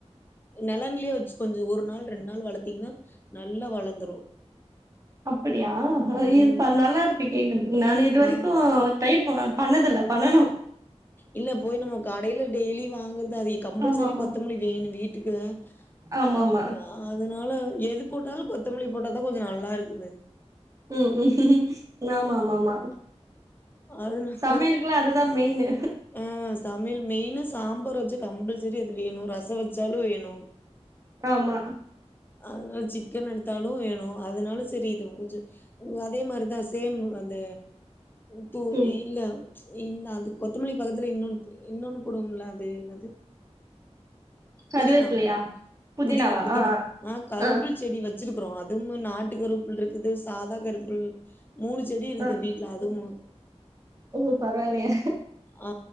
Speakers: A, on the left; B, on the right.
A: நெலல்லியே வச்சு கொஞ்சோ ஒரு நாள் ரெண்டு நாள் வளத்தீங்கன்னா நல்லா வளந்துரு
B: அப்டியா
A: ம்
B: இது நல்லாருக்கு கேக்கறதுக்கு நானு இது வரைக்கு
A: ஆ
B: ட்ரை ப பண்ணதுல பண்ணணு
A: இல்ல போய் நம்ம கடையில டெய்லி வாங்கறது அதை கம்பல்சரி
B: ஆமா ஆமா
A: கொத்தமல்லி வேணு வீட்டுக்கு
B: ஆமா
A: அ
B: ஆமா
A: அதுனால எது போட்டாலு கொத்தமல்லி போட்டாதா கொஞ்ச நல்லா இருக்குது
B: ம் ஆமா ஆமா ஆமா
A: அதனால
B: சமையலுக்குல்லா அதுதா மெயினு
A: ஆ சமையல் மெயினு சாம்பார் வச்சா கம்பல்சரி அது வேணு ரசொ வச்சாலு வேணு
B: ஆமா
A: அதுனால சிக்கன் எடுத்தாலு வேணு அதுனால சரி இது கொஞ்சோ உ அதே மாரிதா சேம் அந்த து
B: ம்
A: இல்ல இன் அது கொத்தமல்லி பக்கத்துல இன்னோன்னு து இன்னோன் போடுவோம்ல அது என்னது
B: கருவேப்பிலையா
A: புதினா
B: புதினாவா
A: புதினா புதினா
B: ஆ
A: நா கருவப்பில
B: ஆ ஆ
A: செடி வச் வச்சுருக்குறோ அதுவு நாட்டு கருவப்பில் இருக்குது சாதா கருவப்பில் மூணு செடி இருக்குது
B: ஆ
A: வீட் ல அதுவு
B: ஓ பரவால்லயே
A: அ